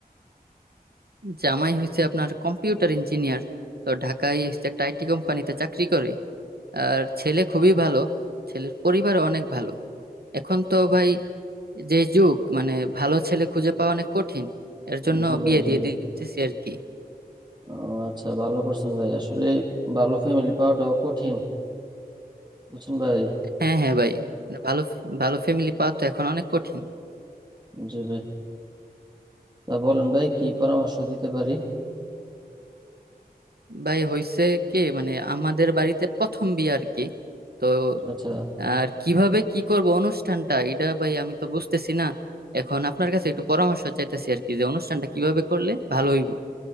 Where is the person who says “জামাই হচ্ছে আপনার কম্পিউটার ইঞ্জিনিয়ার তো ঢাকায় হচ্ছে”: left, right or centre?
Right